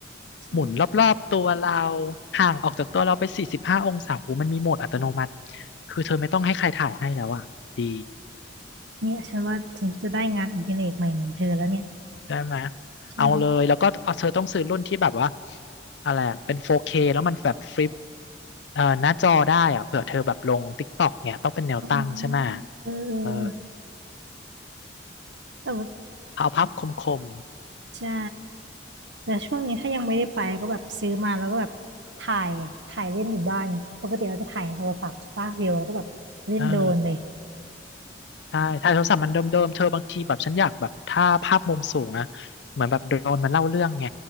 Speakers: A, on the right; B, on the left.
A: ใช่
B: หมุนรอบๆตัวเราห่างออกจากตัวเราไปสี่สิบห้าองศาหูมันมีโหมดอัตโนมัติ คือเธอไม่ต้องให้ใครถ่ายให้แล้วอะดี
A: เนี่ยฉันว่าฉันจะได้งานอดิเรกใหม่เหมือนเธอแล้วเนี่ย
B: ใช่ไหม
A: ใช่
B: เอาเลย แล้วก็เอาเธอต้องซื้อรุ่นที่แบบว่าอะไรอะเป็น 4K แล้วมันแบบฟลิปเอ่อหน้าจอได้อะเผื่อเธอแบบลง TikTok เนี่ยต้องเป็นแนวตั้งใช่ไหม
A: อ๋อเออเออ
B: เออ
A: แต่ว่า
B: เอาภาพคม
A: ใช่แต่ช่วงนี้ถ้ายังไม่ได้ไปก็แบบซื้อมาแล้วก็แบบถ่ายถ่ายเล่นอยู่บ้านไงปกติเราจะถ่ายโทรศัพท์ใช่ปะวิวแล้วก็แบบเล่นโดรนเลย
B: ๆเออใช่ถ่ายโทรศัพท์มันเดิมๆ เธอบางทีแบบฉันอยากแบบถ้าภาพมุมสูงอะเหมือนแบบโดรนมันเล่าเรื่องไง